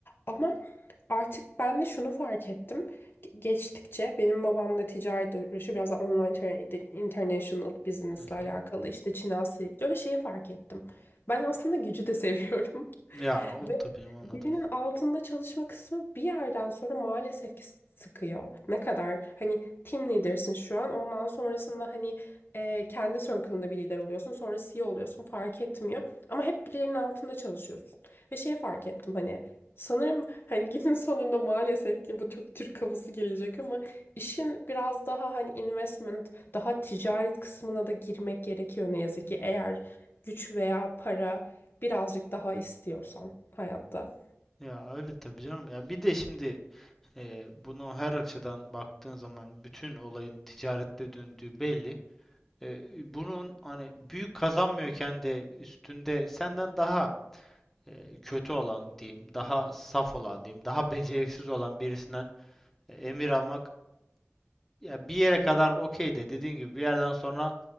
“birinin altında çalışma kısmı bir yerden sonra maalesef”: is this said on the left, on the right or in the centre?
Left